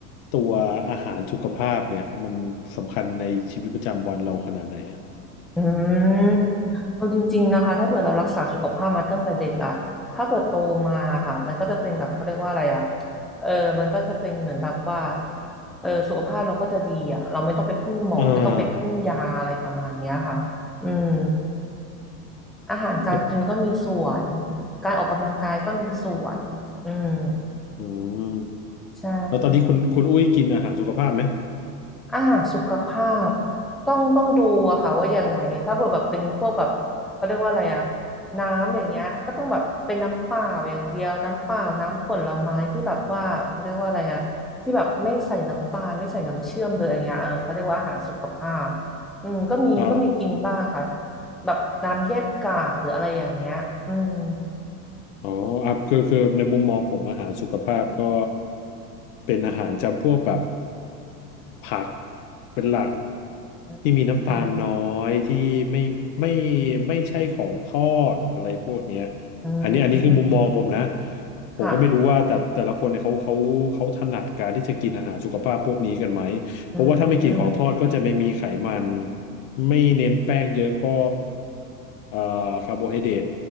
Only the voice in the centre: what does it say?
อืมเอาจริงๆนะคะถ้าเกิดเรารักษาสุขภาพมาตั้งแต่เด็กอะถ้าเกิดโตมาค่ะมันก็จะเป็นแบบเขาเรียกว่าอะไรอะเออมันก็จะเป็นเหมือนแบบว่าเออสุขภาพเราก็จะดีอะเราไม่ต้องไปพึ่งหมอไม่ต้องไปพึ่งยาอะไรประมาณเนี้ยค่ะอืม
อาหารการกินก็มีส่วน
การออกกำลังกายก็มีส่วนอืม
ใช่
อาหารสุขภาพต้องต้องดูอะค่ะว่ายังไงถ้าเกิดแบบเป็นพวกแบบเขาเรียกว่าอะไรอะน้ำอย่างเงี้ยก็ต้องแบบเป็นน้ำเปล่าอย่างเดียวน้ำเปล่าน้ำผลไม้ที่แบบว่าเขาเรียกว่าอะไรอะที่แบบไม่ใส่น้ำตาลไม่ใส่น้ำเชื่อมเลยอย่างเงี้ยเออเขาเรียกว่าอาหารสุขภาพอืมก็มีก็มีกินบ้างค่ะ
แบบน้ำแยกกากหรืออะไรอย่างเงี้ยอืม
อ
ืม
อื
ม
ค่ะอืม